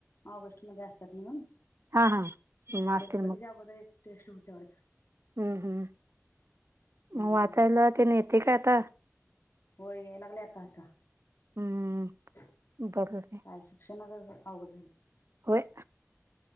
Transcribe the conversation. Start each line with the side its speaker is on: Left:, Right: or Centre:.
Left: ऑगस्ट मध्ये असत्यात म्हणून,
Right: हा हा म असतील
Left: गणपतीच्या अगोदर एक टेस्ट होत्या वाटतं.
Right: हम्म-हम्म, मग
Left: हम्म
Right: वाचायला तेन येतेय का आता?
Left: होय, याय लागलंय आता-आता.
Right: हम्म
Left: काय
Right: बरोबर आहे
Left: शिक क्षणांतच आवघडं झालं.
Right: होय.